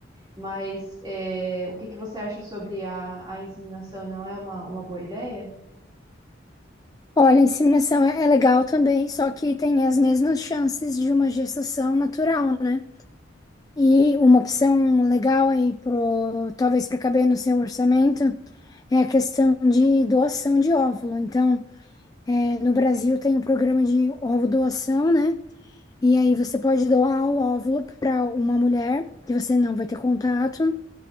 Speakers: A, on the right; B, on the left.
A: Mas é, o que que você acha sobre a, a inseminação? Não é uma, uma boa ideia?
B: Olha, a inseminação é, é legal também, só que tem as mesmas chances de uma gestação natural, né? E uma opção legal aí, pro, talvez para caber no seu orçamento, é a questão de doação de óvulo. Então, é, no Brasil tem um programa de ovo doação, né? E aí você pode doar o óvulo para uma mulher que você não vai ter contato,